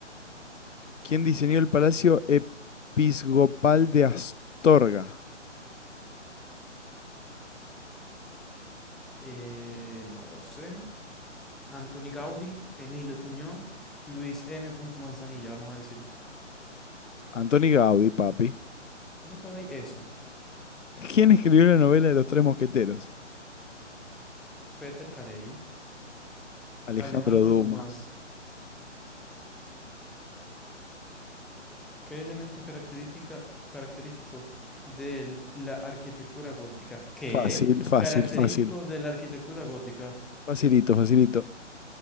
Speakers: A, on the left; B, in the centre.
A: ¿Quién diseñó el Palacio Episcopal de Astorga?
B: Eh, no lo sé. Anthony Gaudí, Emilio Tuñón, Luis M. Manzanilla, vamos a decir.
A: Antoni Gaudí, papi.
B: ¿Cómo sabéis eso?
A: ¿Quién escribió la novela de los tres mosqueteros?
B: Peter Carey,
A: Alejandro
B: Alejandro
A: Dumas.
B: Dumas, ¿Qué elemento es característica, característico de la arquitectura gótica? ¿Qué?
A: Fácil, fácil,
B: Característico
A: fácil.
B: de la arquitectura gótica.
A: Facilito, facilito.